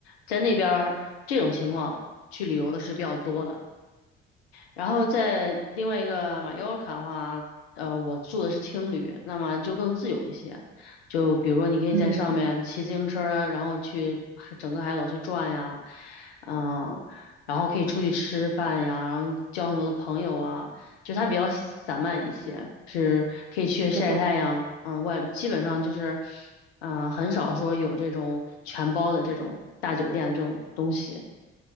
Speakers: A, on the left; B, on the right.
A: 在那边儿这种情况去旅游的是比较多的。然后在另外一个马约卡的话，呃，我住的是青旅，那么就更自由一些。就比如说，你可以在上面骑自行车儿然后去海整个海岛去转呀，
B: 嗯，
A: 嗯，然后可以出去吃饭呀，然后交很多的朋友啊，就它比较散漫一些，是可以去晒太阳，
B: 是的，
A: 嗯，外基本上就是，嗯、很少说有这种全包的这种大酒店这种东西。